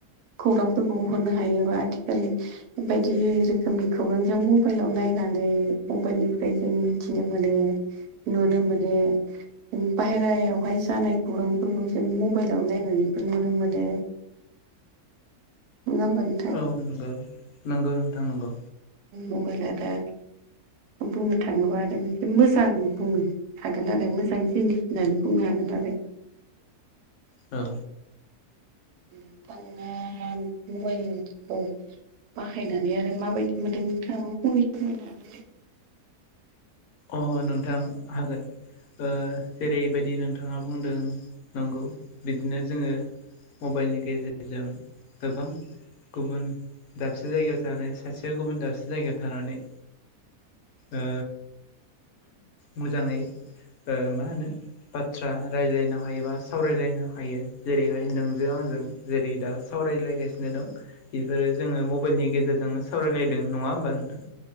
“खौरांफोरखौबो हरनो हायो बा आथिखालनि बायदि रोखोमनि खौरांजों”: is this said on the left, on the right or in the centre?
Right